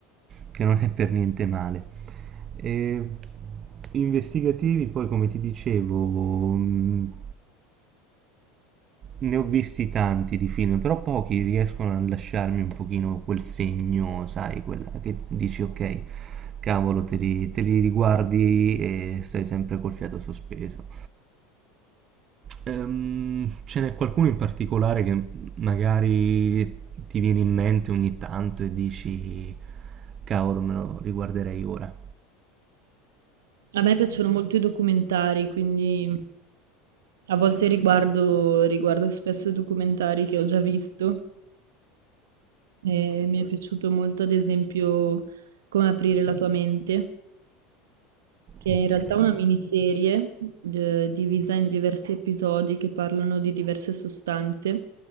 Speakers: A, on the right (about 40°); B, on the right (about 75°).
A: che non è per niente male. E, investigativi, poi come ti dicevo, mh, ne ho visti tanti di film, però pochi riescono a lasciarmi un pochino quel segno, sai, quella che dici: "Okay, cavolo, te li te li riguardi e stai sempre col fiato sospeso". Ehm, ce n'è qualcuno in particolare che, mhmm, magari ti viene in mente ogni tanto e dici: "Cavolo, me lo riguarderei ora".
B: A me piacciono molto i documentari, quindi a volte riguardo, riguardo spesso documentari che ho già visto. E mi è piaciuto molto, ad esempio, Come aprire la tua mente, che
A: Okay,
B: è in realtà una miniserie eh, divisa in diversi episodi che parlano di diverse sostanze